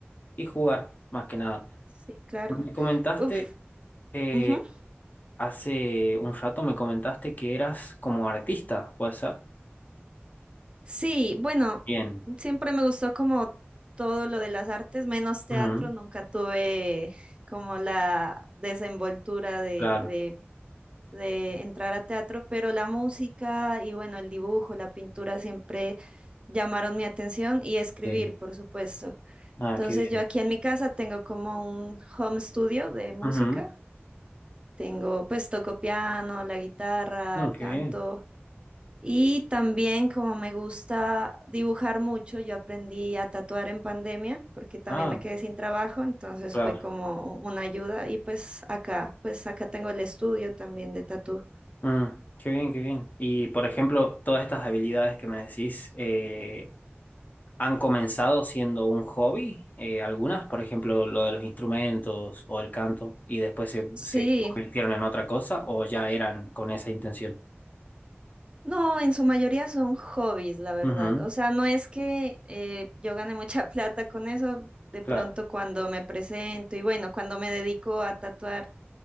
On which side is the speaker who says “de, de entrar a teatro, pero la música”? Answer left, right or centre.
Right